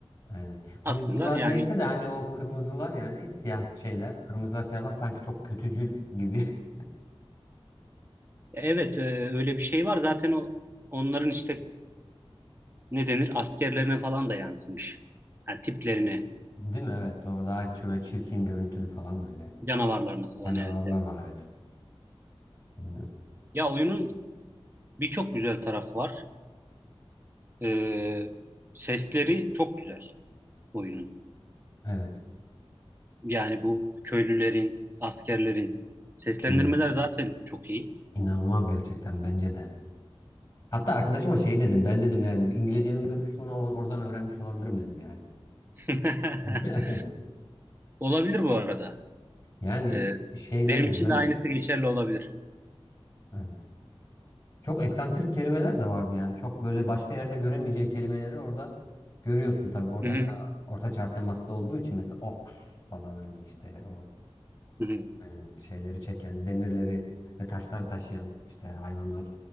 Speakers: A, on the left; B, on the right.
A: Aynen.
B: Aslında
A: Buzlular
B: yani
A: neyse de hani o kırmızılar yani siyah şeyler, kırmızılar siyahlar sanki çok kötücül gibi. <laughs>
B: Evet, e, öyle bir şey var. Zaten o onların işte ne denir askerlerine falan da yansımış. Yani tiplerine,
A: Değil mi? Evet doğru. Daha şöyle çirkin görüntülü falan böyle.
B: canavarlarına falan
A: Canavarlar
B: evet. evet.
A: var evet. Bilmiyorum.
B: Ya oyunun birçok güzel tarafı var. E, sesleri çok güzel oyunun.
A: Evet.
B: Yani bu köylülerin, askerlerin seslendirmeler
A: Hı.
B: zaten çok iyi.
A: İnanılmaz gerçekten bence de. Hatta arkadaşıma şey dedim ben dedim yani İngilizcemin bir kısmını o- oradan öğrenmiş olabilirim dedim yani.
B: <laughs>
A: <laughs>
B: Olabilir bu arada.
A: Yani
B: E,
A: şeyler
B: benim
A: güzel.
B: için de aynısı geçerli olabilir.
A: Evet. Çok eksantrik kelimeler de vardı yani. Çok böyle başka yerde göremeyeceğin kelimeleri orada görüyorsun tabii ortaçağ
B: Hı hı,
A: ortaçağ temaslı olduğu için mesela oks falan hani işte o
B: hı hı.
A: yani şeyleri çeken, demirleri ve taşları taşıyan işte hayvanlar.